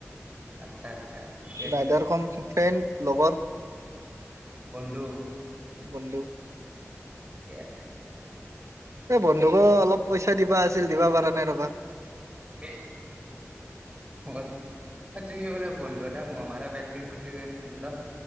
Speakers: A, on the right; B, on the right.
A: আচ্ছা আচ্ছা। ঠিকে আছে
B: ৰাইডাৰ
A: দা
B: খন ফেন লগৰ
A: বন্ধু
B: বন্ধু
A: ঠিকে আছে।
B: এ বন্ধুকো অলপ পইচা দিবা আছে । ছিল দিবা পাৰা নাই ৰবা।
A: <inaudible> <unintelligible> অ তুমি বোলে বন্ধু এটাক মহ মাৰা বেট দিম বুলি কে নিদিল